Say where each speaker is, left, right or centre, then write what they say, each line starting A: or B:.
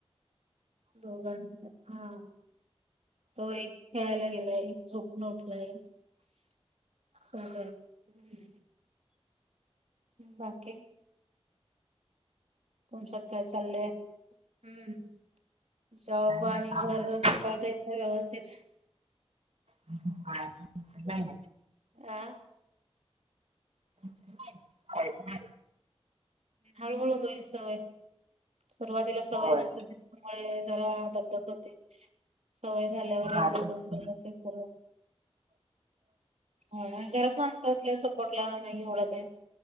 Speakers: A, on the right (about 90°); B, on the right (about 70°).
A: दोघांच हा. तो एक खेळायला गेलाय, एक झोपून उठलाय. चालल, हम्म. बाकी. तुमच्यात काय चाललंय आणि हम् जॉब
B: काय नाही
A: आणि घर
B: आवडत
A: सांभाळता येत य, व्यवस्थित.
B: <unintelligible> नाही
A: अं..
B: <unintelligible>
A: हळूहळू होईल सवय. सुरवातीला सवय
B: होय
A: नसते तेच्.. च्यामुळे जरा दगदग होते. सवय झाल्यावर
B: हा
A: एकदा
B: तेच
A: होऊन
B: की.
A: जा ते, सर्व हम्म. होय, घरात माणसं असल्यावर सपोर्टला नाही एवढं काय.